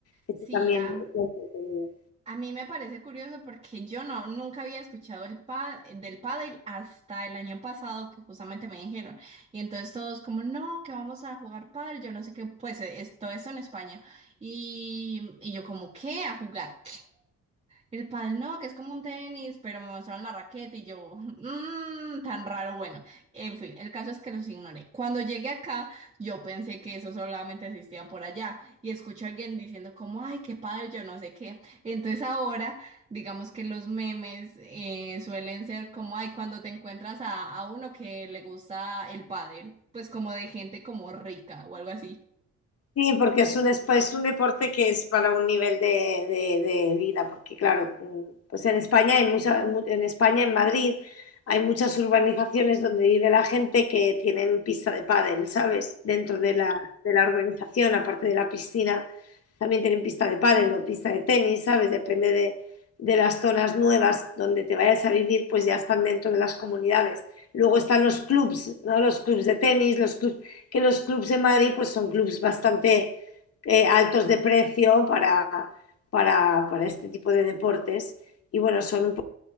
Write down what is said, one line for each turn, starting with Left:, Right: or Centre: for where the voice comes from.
Left: Este
Right: Sí,
Left: también
Right: a,
Left: es muy entretenido.
Right: a mí me parece curioso porque yo no, nunca había escuchado el pa- del pádel hasta el año pasado que justamente me dijeron. Y entonces todos como, no, que vamos a jugar pádel, yo no sé qué, pues eh, es, todo eso en España. Y, y yo como, ¿qué? ¿A jugar? El pádel no, que es como un tenis, pero me mostraron la raqueta y yo, mmm, tan raro, bueno. En fin, el caso es que los ignoré. Cuando llegué acá, yo pensé que eso solamente existía por allá y escuché a alguien diciendo como, ay, qué padre, yo no sé qué. Entonces ahora, digamos que los memes eh, suelen ser como, ay, cuando te encuentras a, a uno que le gusta el pádel, pues como de gente como rica o algo así.
Left: Sí, porque es un, espa- es un deporte que es para un nivel de, de- de vida, porque claro, mm, pues en España hay mucha- mu- en España, en Madrid, hay muchas urbanizaciones donde vive la gente que tienen pista de pádel, ¿sabes? Dentro de la, de la urbanización, aparte de la piscina, también tienen pista de pádel o pista de tenis, ¿sabes? Depende de, de las zonas nuevas donde te vayas a vivir, pues ya están dentro de las comunidades. Luego están los clubs, ¿no? Los clubs de tenis, los clubs que los clubs de Madrid pues son clubs bastante eh, altos de precio para, para, para, este tipo de deportes y bueno, son un